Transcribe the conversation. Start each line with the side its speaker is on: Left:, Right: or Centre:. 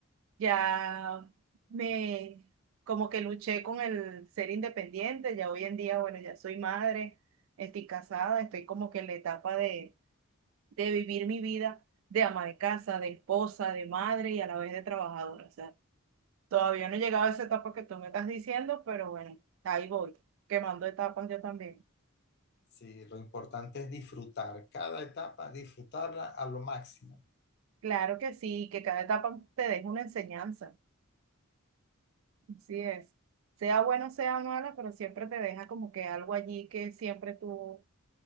Right: ya me como que luché con el ser independiente, ya hoy en día, bueno, ya soy madre, estoy casada, estoy como que en la etapa de, de vivir mi vida de ama de casa, de esposa, de madre y a la vez de trabajadora. O sea, todavía no he llegado a esa etapa que tú me estás diciendo, pero bueno, ahí voy, quemando etapas yo también.
Left: Sí, lo importante es disfrutar cada etapa, disfrutarla a lo máximo.
Right: Claro que sí, que cada etapa te deja una enseñanza. Así es. Sea bueno, sea mala, pero siempre te deja como que algo allí que siempre tú